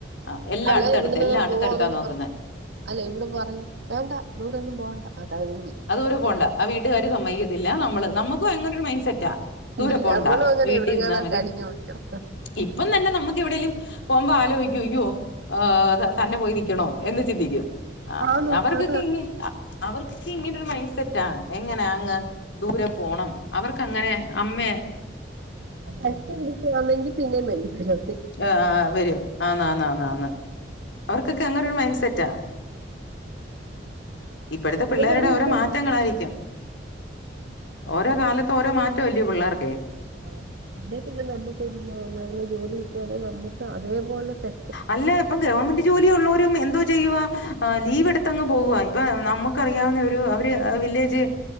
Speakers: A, on the left; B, on the right.
A: ആ ഹ്എല്ലാ
B: അല്ല
A: അടുത്തടുത്ത്
B: ഇവിടുന്ന്
A: എല്ലാം അടുത്തടുത്താ
B: പോവാന്നെങ്കി
A: നോക്കുന്ന
B: പറയും അല്ല ഇവിടെ പറഞ്ഞ് വേണ്ട ദൂരൊന്നും പോണ്ട അകഴിഞ്ഞ്
A: അത് ദൂരം പോണ്ട ആ വീട്ടുകാര് സമ്മയിക്കത്തില്ല നമ്മള് നമ്മുക്കും അങ്ങനെ ഒരു മൈന്റ് സെറ്റാ ദൂരെ
B: ഇല്ല
A: പോണ്ട
B: നമ്മളും അങ്ങനെ
A: വീട്ടിൽ
B: ഇവിടെങ്ങണ
A: ഇരുന്നാ മതി
B: കയിഞ്ഞു പിടിക്കണ
A: ഇപ്പം തന്നെ നമുക്ക് എവിടെങ്കലും പോകുമ്പോ ആലോചിക്ക അയ്യോ ഹ തന്നെ പോയി നിൽക്കണോ എന്ന് ചിന്തി ക്കുംആ
B: ആന്ന്
A: അവർക്കൊക്കെ
B: അതാ
A: ഇങ്ങ് അവർക്ക് ഇങ്ങന ഒരു മൈൻഡ് സെറ്റാ എങ്ങനെ അങ്ങ് ദൂരെ പോണം അവർക്ക് അങ്ങനെ അമ്മയ
B: ക്ലച്ച് പിടിച്ച് വന്നെങ്കിൽ പിന്നെ മനസ്സിലാവും
A: ആഹ് വരും ആന്നന്നന്നന്ന് അവർക്കൊക്കെ അങ്ങനെ ഒരു മൈൻഡ് സെറ്റാ ഇപ്പോഴത്തെ പിള്ളേരുടെ
B: അവര് വിഷയമാക്കും
A: ഓരോ മാറ്റങ്ങളായിരിക്കും ഓരോ കാലത്ത് ഓരോ മാറ്റം ഇല്ലയ പിള്ളേർക്കെ
B: ആ അല്ലേ പിന്നെ നമ്മുക്കൊരു ജോലി കിട്ടിയാലെ നമ്മുക്ക് അതേപോലെ സെ
A: അല്ല ഇപ്പം ഗവൺമെന്റ് ജോലി ഉള്ളവരും എന്തോ ചെയ്യവാ ആ ലീവ് എടുത്ത്ങ്ങ് പോവവാ ഇപ്പൊ നമുക്ക്റിയാവുന്ന ഒരു അവര് വില്ലേജ്